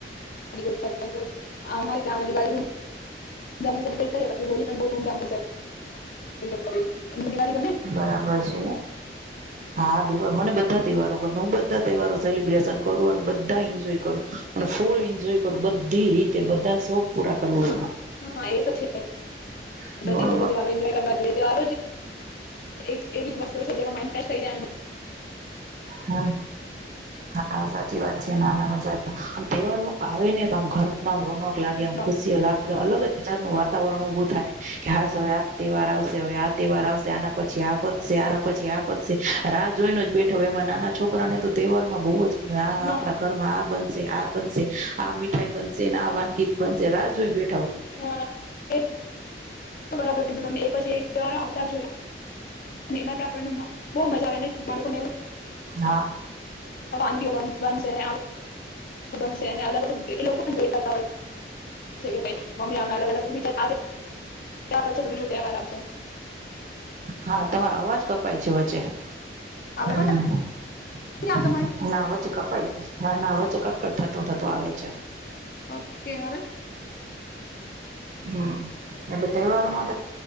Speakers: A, on the left; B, on the right.
A: સેલિબ્રેટ થતા જ હોય છે અમારે જવાનું દિવાળી નું ધમધામથી સેલિબ્રેટ કરે પછી હોલી પણ બહુ ધૂમધામથી સેલ ઈબ્રેટ કરીએ તમને દિવાળ ગમે ન?
B: બરાબર છે હા દેવા મને બધા તહેવારો ગમે હ બધા તહેવારો સેલિબ્રેશન કરું અને બધા એન્જોય કરું અન ફૂલ એન્જોય કર બધી રી તે બધા શોખ પૂરા કરવું
A: હ હા એ તો છે
B: એમાં
A: બધી રીતે તહેવારો એન્જોય કરવા જોઈએ તેવા એક એવી જ વસ્ત <unintelligible> છે જેમાં માઈન્ડ સેટ થઈ જાવાનું.
B: હ હા સાચી વાત છે. નાના મજા તહેવારો આવે ને તો આમ ઘર માં રોનક લાગે એમ
A: હા
B: ખુશીઓ લાગ અલગ જ વિચારનું વા તાવરણ ઉભું થાય કે હાશ હવે તહેવાર આવશે હવે આ તહેવાર આવશે આના પછી આ પતશે પછી આ પતશે. આ રા જોઈને જ બેઠો એમાં નાના છોકરાને તો તહેવારમાં બહુ જ આ
A: હા
B: આપડા ઘરમાં આ બનશે આ બનશે આ મીઠાઈ બનશે ને આ વાનગી બનશે રાહ જોઈને બે
A: હા, એ તો બરાબર કીધું તમે એક પછી એક તહેવાર આવતા જ હોય. એના આપણને બો મજા આવે બાળકોને
B: હા
A: <inaudible> વાનગીઓ બને એને આમ બનંસે ને અલગ અલગ એ લોકો વેડતા હોય છે, મમ્મી અમે અલગ અલગ બીજા તો બીજ તહેવારશે
B: હા તમારો અવાજ કપાય છે, વચ્ચે <unintelligible>
A: હવે પણ નથી આવતો પણ
B: ના વચ્ચે કપાઈ જશે ના ના વચ કટકટ થતો થતો આવે છે.
A: ઓકે <inaudible>
B: હમ્મ એટલે તહેવારમાં